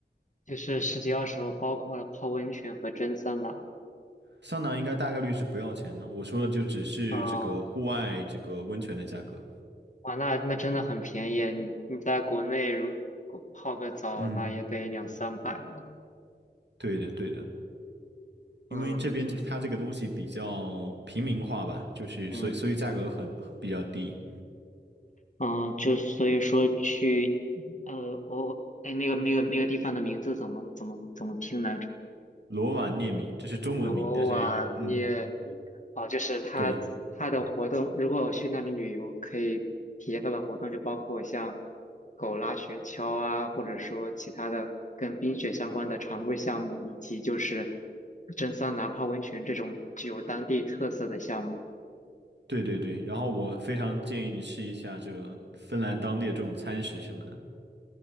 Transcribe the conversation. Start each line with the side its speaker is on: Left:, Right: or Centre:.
Left: 就是十几二十欧，包括了泡温泉和蒸桑拿。
Right: 桑拿应该大概率是不要钱的，我说的就只是这个户外这个温泉的价格。
Left: 啊、哇，那那真的很便宜。你你在国内如果泡个澡，
Right: 嗯
Left: 那也得两三百了。
Right: 对的，对的，
Left: 嗯，
Right: 因为这边它这个东西比较平民化吧，
Left: 对，
Right: 就是所以所以价格很比较低。
Left: 嗯嗯，就所以说去，呃，我哎，那个那个那个地方的名字怎么怎么怎么拼来着？
Right: 罗瓦涅米，这是中文名，
Left: 罗瓦涅米，
Right: 但是嗯，
Left: 哦，就是它它的活动，
Right: 对
Left: 如果我去那里旅游，可以体验到的活动就包括像狗拉雪橇啊，或者说其他的跟冰雪相关的常规项目，以及就是蒸桑拿、泡温泉这种具有当地特色的项目。
Right: 对对对。然后我非常建议你吃一下这个芬兰当地的这种餐食什么的，